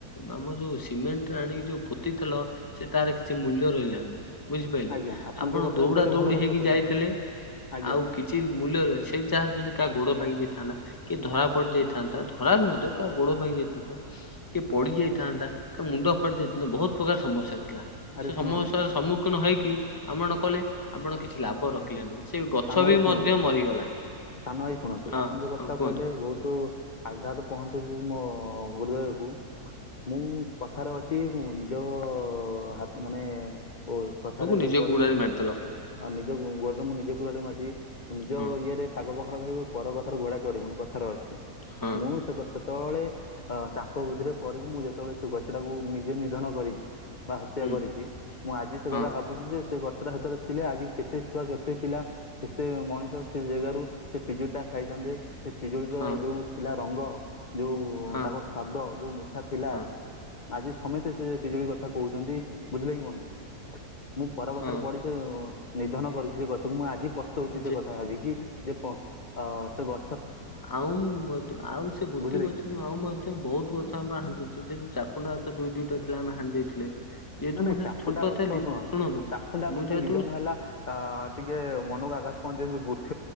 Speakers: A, on the left; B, on the left.
A: ଆମର ଯୋଉ ସିମେଣ୍ଟ ଆଣି ଯୋଉ ପୋତି ଥିଲ ସେ ତାର କିଛି ମୂଲ୍ୟ ରହିଲା ନାହିଁ। ବୁଝିପାରିଲେ
B: ଆଜ୍ଞା
A: ଆପଣ
B: ଯୋଉ କଥା
A: ଦୌଡ଼ା
B: କହିଲେ
A: ଦୌଡି
B: ଭଲ କଥାରେ
A: ହେଇକି
B: କହିଲେ
A: ଯାଇଥିଲେ
B: ଆଜ୍ଞା
A: ଆଉ କି ମୂଲ୍ୟରେ ସେ ଯାହା ଯଦି କାହା ଗୋଡ ଭାଙ୍ଗି ଯାଇଥାନ୍ତା କି ଧରା ପଡିଯାଇ ଥାନ୍ତା ଧରା ମଧ୍ୟ କାହା ଗୋଡ ଭାଙ୍ଗି ଯାଇଥାନ୍ତା। କିଏ ପଡି ଯାଇଥାନ୍ତା ତାଙ୍କ ମୁଣ୍ଡ ଫାଟି ଯାଇଥାନ୍ତା ବହୁତ ପ୍ରକାର ସମସ୍ୟା ଥିଲା।
B: ଆରେ
A: ସେ
B: ଶୁଣ
A: ସମସ୍ୟାର ସମ୍ମୁଖୀନ ହେଇକି ଆପଣ କଲେ ଆପଣ କିଛି ଲାଭ ରଖିଲେ ନାହିଁ। ସେ ଗଛ
B: ସାନ ଭାଇ
A: ବି
B: ଶୁଣନ୍ତୁ
A: ମଧ୍ୟ ମରିଗଲା
B: ସାନ ଭାଇ ଶୁଣନ୍ତୁ
A: ହଁ
B: ଆପଣ ଯୋଉ କଥାଟା
A: ହଁ କୁହନ୍ତୁ
B: କହିଲେ ବହୁତ ଆଘାତ ପହଞ୍ଚୁଛି ମୋ ହୃଦୟକୁ ମୁଁ କଥାରେ ଅଛି ନିଜ
A: ହ
B: ହାତ ମାନେ କଥାରେ
A: ନିଜେ
B: ପଡି
A: ଗୁଡାରେ
B: ଯଦି
A: ମାରିଦେଲ
B: ଆଉ ନିଜ ଗୋଡରେ ମୁଁ ନିଜ କୁରାଢି ମାରିଚି, ମୁଁ ନିଜ
A: ହଁ
B: ଇଏରେ ଶାଗ ପଖାଳ ଖାଇବୁ ପର କଥାର ଘୋଡା ଚଢିବୁନୁ। କଥାର ଅଛି,
A: ହଁ
B: ମୁଁ ସେକ ସେତବଳେ ଅ, ତାଙ୍କ ବୁଦ୍ଧିରେ ପଡିକି ମୁଁ ଯେତେବେଳେ ସେ ଗଛ ଟାକୁ ମୁଁ ନିଜେ ନିଧନ କରିଛି। ବା ହତ୍ୟା
A: ହୁଁ
B: କରିଚି, ମୁଁ ଆଜି ସେ
A: ହଁ
B: କଥା ଭାବୁଛି ଯେ ସେ ଗଛଟା ସେତଳେ ଥିଲେ, ଆଜି କେତେ ଛୁଆ କେତେ ପିଲା କେତେ ମଣିଷ ସେ ଜାଗାରୁ ସେ ପିଜୁଳି ଟା ଖାଇଥାନ୍ତେ। ସେ ପିଜୁଳିର
A: ହଁ
B: ଯୋଉ ଥିଲା ରଙ୍ଗ। ଯୋଉ
A: ହଁ
B: ତାଙ୍କ ସ୍ଵାଦ ଯୋଉ ମିଠା ଥିଲା
A: ହଁ
B: ଆଜି ସମତେ ସେ ପିଜୁଳି ଗ ଥା କହୁଚନ୍ତି, ବୁଝିଲେ କି ବନ୍ଧୁ, ମୁଁ ପର କଥାରେ
A: ହଁ
B: ପଡିି ସେ ନିଧନ କରିଛି ସେ ଗଛ। ମୁଁ ଆଜି ପସ୍ତଉଚି ସେ
A: ଯେ
B: କଥା ଭାବିକି। ଯେ ପ-ଅ, ସେ ଗ
A: ଆଉଁ ବୋଦେ ଆଉ ସେ ଗୋଟିଏ
B: ବୁଝିଲେ
A: ଗଛ
B: କି
A: ନୁହଁ ଆଉ ମଧ୍ଯ ସେ ବହୁତ ଗଛ ଆମେ ପା ହାଣି ଦେଇଛୁ, ସେ ଯେ ଚାକୁଣ୍ଡା ଗଛ ଦୁଇ ଦିଇଟା ଥିଲା ଆମେ ହାଣି ଦେଇଥିଲେ। ଯେହେତୁ
B: ନା ନାଇଁ
A: ମୁଁ ସେତେ
B: ଚାକୁଣ୍ଡା
A: ଛୋଟ
B: ଗଛ
A: ଥିଲି
B: ଶୁଣ
A: ଶୁଣନ୍ତୁ
B: ଚାକୁୁଣ୍ଡା
A: ମୁଁ
B: ଗଛ
A: ଯେହେତୁ
B: ନିଧନ ହେଲା। ଅ, ଟିକେ ମନକୁ ଆଘାତ ପହଞ୍ଚେ ଯେମିତି ବୃକ୍ଷ